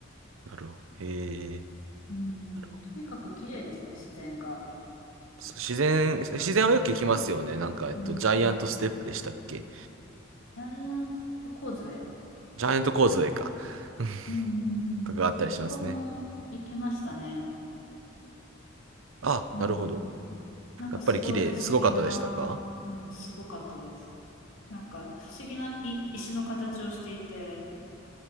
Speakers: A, on the right; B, on the left.
A: なるほど。へえ。
B: うん。
A: なるほど。
B: とにかく綺麗ですね、自然が。
A: そう自然、自然はよく聞きますよね。なんか、えっと、
B: うん。
A: ジャイアントステップでしたっけ
B: ジャイアントコーズウェイ
A: ジャイアント構造か。<laughs>
B: うんうんうん。
A: とかがあったりしますね。
B: あそこも行きましたね。
A: あ、
B: うん。
A: なるほど。
B: なんかすごい不思議な、
A: やっぱり綺麗、すごかったでしたか
B: うん、すごかったです。なんか不思議ない石の形をしていて、